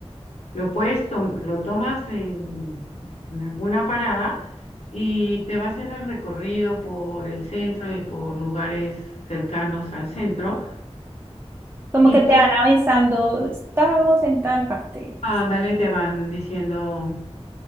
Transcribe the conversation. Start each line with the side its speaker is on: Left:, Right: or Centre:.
Left: lo puedes tom- lo tomas en, en alguna parada y te va haciendo el recorrido por el centro y por lugares cercanos al centro
Right: Como
Left: y
Right: que te
Left: tú,
Right: van avisando, estamos en tal parte.
Left: ándale, te van diciendo